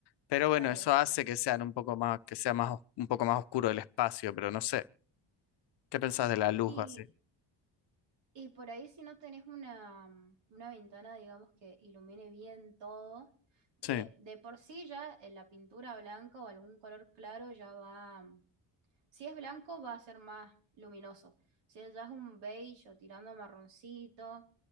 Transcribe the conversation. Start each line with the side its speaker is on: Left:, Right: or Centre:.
Left: Pero bueno,
Right: cálidas,
Left: eso hace
Right: perfecto.
Left: que sean un poco más, que sea más, os- un poco más oscuro el espacio, pero no sé. ¿Qué pensás de la luz
Right: Y
Left: así?
Right: Y por ahí si no tenés una, mm, una ventana, digamos, que ilumine bien todo, de,
Left: Sí,
Right: de por sí ya eh, la pintura blanca o algún color claro ya va, mm, si es blanco va a ser más luminoso, si es- ya es un beige o tirando a marroncito,